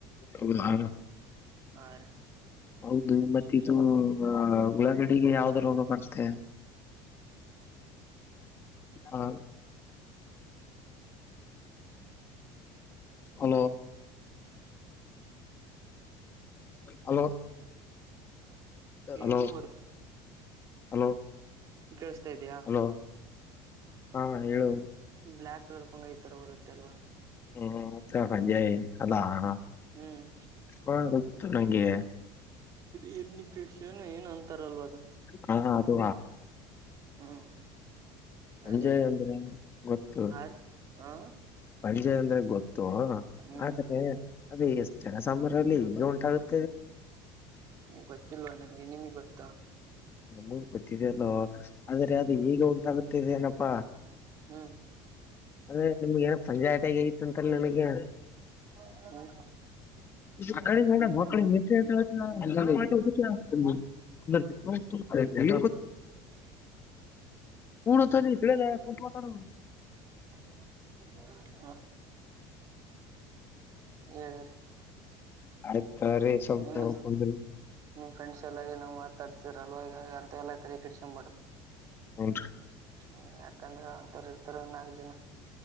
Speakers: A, on the left; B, on the right.
A: ಹೌದ ಹ.
B: ಹಾ ರಿ.
A: ಹೌದು ಮತ್ತ ಇದು ಉಳಾಗಡಿಗೆ ಯಾವ್ದ ರೋಗ ಬರ್ತೆ. ಹ. Hello............ hello. ಹಲೋ
B: ಇದು
A: ಹಲೋ
B: ಕೇಳಸ್ತಾ ಇದ್ದೀಯಾ.
A: ಹಲೋ ಹಾ ಹೇಳು
B: ಬ್ಲ್ಯಾಕ್ ಕಲರ್ ಫಂಗ ಇತಾರ ಬರುತ್ತೆ ಅಲ್ವಾ.
A: ಹ್ಮ್ ಸಂಜಯ್ ಅಲ್ಲಾ ಹ
B: ಹ್ಮ್
A: ಗೋತ್ತು ನಂಗೆ
B: ಇ ನಿಪೇಕ್ಷನ ಏನ್ ಅಂತಾರಲ್ವ ಅದ
A: ಹಾ ಅದು
B: ಹ್ಮ್
A: ಸಂಜಯ್
B: ಅದೇ
A: ಅಂದ್ರೆ ಗೊತ್ತು.
B: ಆ ಹಾ
A: ಸಂಜಯ್ ಅಂದ್ರೆ ಗೊತ್ತು
B: ಹ್ಮ್
A: ಆದ್ರೆ ಅದುಷ್ಟ ಸುಮಾರಿನಲ್ಲಿ ಇದೆ ಈಗ ಉಂಟಾಗುತ್ತೆ.
B: ಗೊತ್ತಿಲ್ವಾ ನಿಮ್ಗೆ ನಿಮಗ್ ಗೊತ್ತಾ.
A: ನಮಗ್ ಗೊತ್ತಿದೆ ಅಲ್ಲೋ ಆದ್ರೆ ಅದು ಈಗ ಉಂಟಾಗುತ್ತಿದೆ ಏನಪ್ಪ.
B: ಹ್ಮ್
A: ಅದೇ ನಿಮಗೆ ಏನೋ ಪಂಜಾಯತಗೈತೆ ಅಂತಲ್ಲಿ ನಿಮಗೆ.
B: ಹ
A: ಆಕಡೆ ನೋಡ ಮಳ ಮ <unintelligible> ಗಂಚಲಿ <unintelligible> ಹ್ಮ್ ಅಂತೈದೀ ತಿಳ್ಯಾದ ಕುಂತ್ ಮಾತಾಡು.
B: ಹಾ ರೀ ಹೇಳಿರಿ
A: ಆಯ್ತ ತಗರೀ ಸಲ್
B: ನಿಮ್ಮ
A: ಕುಂದಿರೀ
B: ನಿಮ್ ಫ್ರೆಂಡ್ ಎಲ್ಲಾ ಏನೋ ಮಾತಾಡ್ತಿರ ಅಲ್ವಾ ಅಂತ ಎಲ್ಲಾ ತಲೆ ಕಡಸ್ಕೊ ಬೇಡ್ರೀ.
A: ಹುನ್ರಿ
B: ಹ್ಮ್ ಯಾಕಂದ್ರೆ ಅಂತರು ಇರ್ತಾರೆ ನಾಲ್ಕ ಜನ